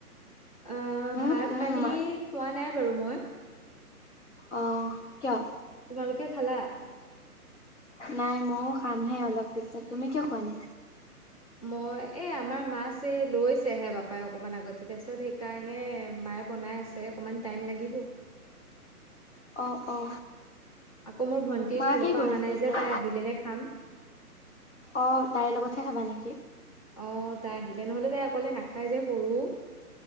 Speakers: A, on the left; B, on the left.
A: অহ
B: উম
A: ভাত
B: উম
A: পানী
B: মা
A: খোৱা নাই বাৰু মই
B: অ কিয়
A: তোমালোকে খালা
B: নাই ময়ো খামহে অলপ পিছত তুমি কিয় খোৱানে
A: মই এ আমাৰ মাছে লৈছেহে বাপাই অকমান আগতে তাৰপিছত কাৰণে মায়ে বনাই আছে অকমান টাইম লাগিব।
B: অঁ অ'
A: আকৌ মোৰ ভন্টি
B: মা
A: স্কুলৰ
B: কি
A: পৰা
B: কৰিছে
A: আহা নাই
B: এতিয়া
A: যে তাই আহিলেহে খাম।
B: অ তাইৰ লগতহে খাবা নেকি?
A: অ তাই আহিলে নহলে তাই অকলে নাখায় যে সৰু।